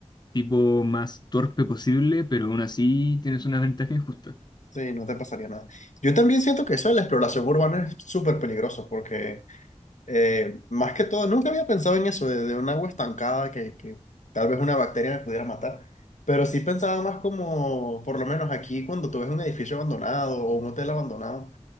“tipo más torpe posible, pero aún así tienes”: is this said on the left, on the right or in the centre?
Left